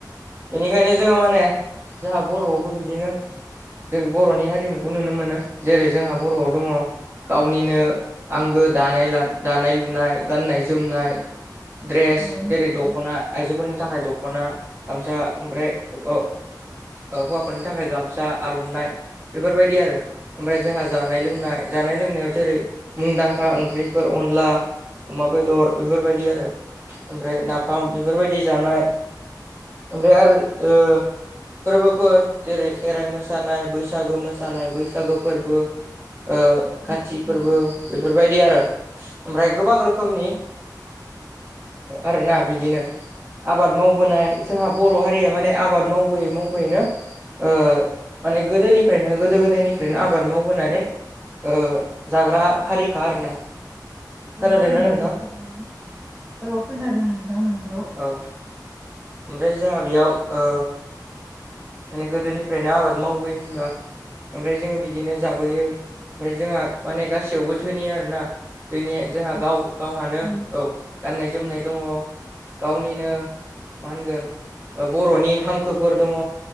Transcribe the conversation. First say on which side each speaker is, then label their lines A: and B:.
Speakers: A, on the right; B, on the right.
A: बेनिखायनो जोङो माने जाहा बर'आवबो बिदिनो जों बर'नि हारिमुखौ नुनो मोनो जेरै जोंहा बर'आव दङ गावनिनो आंगो दानाय ला दानाय लुनाय गाननाय जोमनाय ड्रेस
B: औ नंगौ
A: जेरै दख'ना आइजोफोरनि थाखाय दख'ना गामसा ओमफ्राय ओ हौवाफोरनि थाखाय गामसा आर'नाइ बेफोरबायदि आरो ओमफ्राय जोंहा जानाय लोंनाय जानाय लोंनायाव जेरै मुंदांखा ओंख्रिफोर अनला अमा बेदर बेफोरबायदि आरो ओमफ्राय नाफाम बेफोरबायदि जानाय ओमफ्राय आरो ओ फोरबोफोर जेरै खेराइ मोसानाय बैसागु मोसानाय बैसागु फोरबो ओ
B: औ नंगौ
A: खाथि फोरबो बेफोरबायदि आरो ओमफ्राय गोबां रोखोमनि आरोना बिदिनो आबाद मावबोनाय जोंहा बर' हारिया माने आबाद मावबोयै मावबोयैनो ओ माने गोदोनिफ्रायनो गोदो गोदायनिफ्रायनो आबाद मावबोनानै ओ जाग्रा हारिखा आरोना खोनादोंना
B: औ नोंगौ
A: नोंथां
B: थारैनो औ खोनादों नोंथां नोंगौ
A: औ ओमफ्राय जोंहा बेयाव ओ माने गोदोनिफ्रायनो आबाद मावबोयो होनबा ओमफ्राय जोङो बिदिनो जाबोयो ओमफ्राय जोंहा माने गासैयावबो धोनि आरोना जोंनिया जोंहा
B: औ
A: गाव गावहानो
B: थारैनो
A: औ गाननाय जोमनाय दङ गावनिनो मा होनगोन बर'नि हांखोफोर दङ।